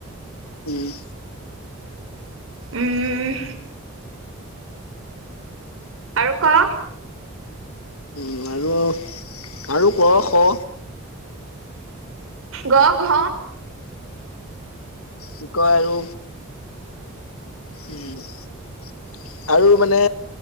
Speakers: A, on the left; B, on the right.
A: উম।
B: উম। আৰু ক?
A: উম, আৰু, আৰু ক, খ।
B: গ, ঘ।
A: কি কয় আৰু, উম। আৰু মানে,